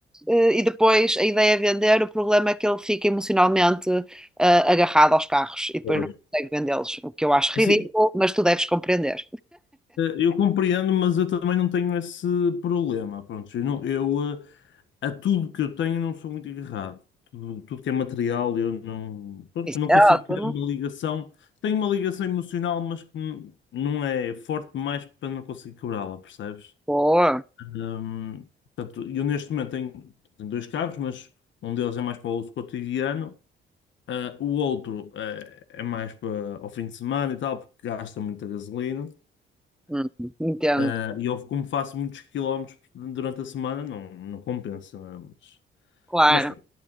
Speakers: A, in the centre; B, on the left.
A: eh, e depois a ideia é vender, o problema é que ele fica emocionalmente eh, agarrado aos carros e depois
B: Pois.
A: não consegue vendê-los, o que eu acho
B: É
A: ridículo,
B: Assim,
A: mas tu deves compreender.
B: eh, eu compreendo, mas eu também não tenho esse problema. Pronto, eu, não- eu, eh, A tudo que eu tenho não sou muito agarrado. Tudo, tudo que é material eu não, pronto,
A: Isso
B: não consigo
A: é ótimo.
B: criar uma ligação. Tenho uma ligação emocional, mas que n- não é forte demais para não conseguir quebrá-la, percebes?
A: Boa.
B: Hum, portanto, eu neste momento tenho, tenho dois carros, mas um deles é mais para o uso cotidiano, ah, o outro eh, é mais para ao fim de semana e tal, porque gasta muita gasolina.
A: Hum, entendo,
B: Ah, e eu, como faço muitos quilómetros durante a semana, não, não compensa, não é? Mas,
A: claro.
B: mas